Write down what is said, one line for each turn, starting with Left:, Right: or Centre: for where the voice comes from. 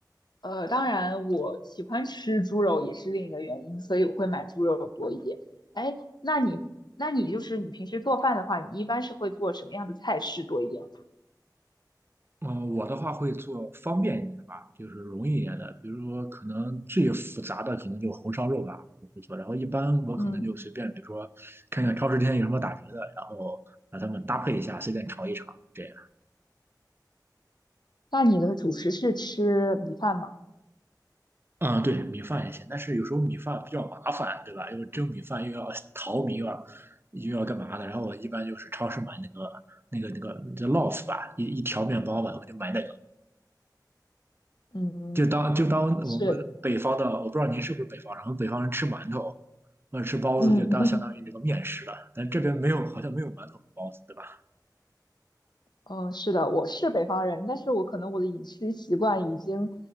Left: 呃，当然我喜欢吃猪肉也是另一个原因，所以我会买猪肉多一点。哎，那你那你就是你平时做饭的话，你一般是会做什么样的菜式多一点？
Right: <laughs> 嗯，我的话会做方便一点的吧，就是容易一点的，比如说可能最复杂的可能就红烧肉吧，我会做。然后一般我可能就随便，
Left: 嗯。
Right: 比如说看看超市今天有什么打折的，然后把它们搭配一下，随便炒一炒，这样。
Left: 那你的主食是吃米饭吗？
Right: 啊，对，米饭也行，但是有时候米饭比较麻烦，对吧？又蒸米饭又要 <laughs> 淘米，又要又要干嘛的。然后我一般就是超市买那个那个那个叫 loaf 吧，一一条面包吧，我就买那个，
Left: 嗯，
Right: 就当就当我们北方的，
Left: 是，
Right: 我不知道您是不是北方人，我们北方人吃馒头或者吃包子，
Left: 嗯，
Right: 就当相当于这个面食了。
Left: <laughs>
Right: 但这边没有，好像没有馒头和包子，对吧？
Left: 嗯，是的，我是北方人，但是我可能我的饮食习惯已经，